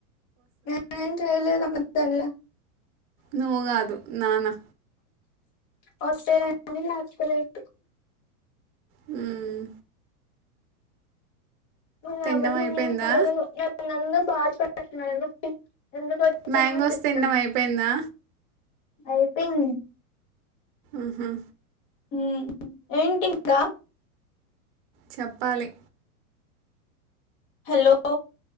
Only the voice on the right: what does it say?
నువ్ కాదు నానా
హ్మ్
తినడం
అయిపోయిందా
మ్యాంగోస్
తిండం అయిపోయిందా
ఆహా
చెప్పాలి